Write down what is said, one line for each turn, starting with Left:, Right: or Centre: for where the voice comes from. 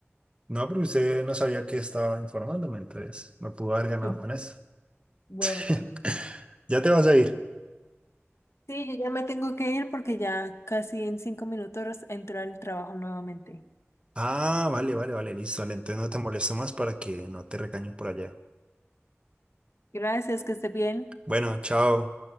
Right: No, pero usted no sabía que estaba informándome, entonces me pudo haber
Left: <laughs>
Right: ganado con eso.
Left: Bueno,
Right: <laughs> Ya te vas a ir.
Left: sí, yo ya me tengo que ir porque ya casi en cinco minutos entro al trabajo nuevamente.
Right: Ah, vale, vale, vale, listo. Vale, entonces no te molesto más para que no te recañen por allá.
Left: Gracias, que esté bien.
Right: Bueno, chao.